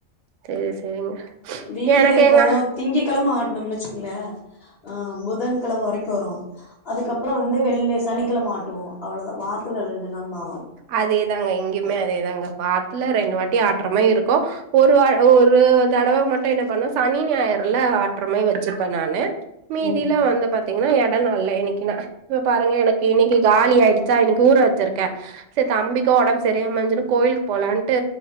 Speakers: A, on the right; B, on the left.
A: சேரி சேரிங்க
B: வீட்ல
A: எனக்கு
B: இப்போ
A: எங்க
B: திங்கக்கெழம ஆட் னும்னு வெச்சுக்கோங்கள ஆ புதன்கெழம வரைக்கு வரோ அதுக்கப்புறோ வந்து வெள்ளி சனிக்கெழம ஆட்டுவோ அவ்ளோதா வாரத்துல ரெண்டு நாள் மாவாட்
A: அதேதாங்க இங்கியுமே அதேதாங்க வார்த்துல ரெண்டு வாட்டி ஆட்றமாரி இருக்கோ ஒருவா ஒரு தடவ மட்டு என்ன பண்ணோ சனி ஞாயிறுல ஆட்றமாரி வெச்சுப்ப நானு மீதில
B: ம்
A: வந்து பாத் பாத்தீங்கன்னா எட நாள்ல இன்னிக்கு ‌நா இப்ப பாருங்க எனக்கு இன்னிக்கு காலி ஆயிடுச்சா இன்னிக்கு ஊற வெச்சிருக்க சரி தம்பிக்கோ ஒடம்பு சரியாம இருந்துசுன்னு கோயிலுக்கு போலான்ட்டு